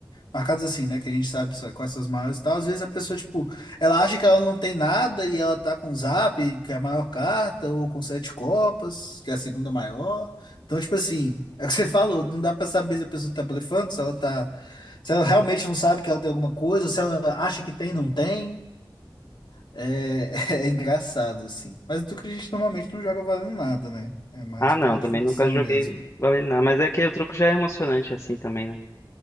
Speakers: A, on the left; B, on the left.
A: marcadas assim, né? Que a gente sabe só quais são as maiores e tal. Às vezes a pessoa, tipo, ela acha que ela não tem nada e ela tá com o Zap, que é a maior carta, ou com sete copas, que é a segunda maior. Então, tipo assim, é o que você falou, não dá pra saber se a pessoa tá blefando, se ela tá. Se ela realmente não sabe que ela tem alguma coisa, ou se ela acha que tem, não tem. É, <laughs> é engraçado, assim. Mas o truque a gente normalmente não joga valendo nada, né? É mais
B: Ah,
A: pela
B: não, também
A: diversão
B: nunca joguei
A: mesmo.
B: valendo nada, mas é que o truco já é emocionante assim também, né?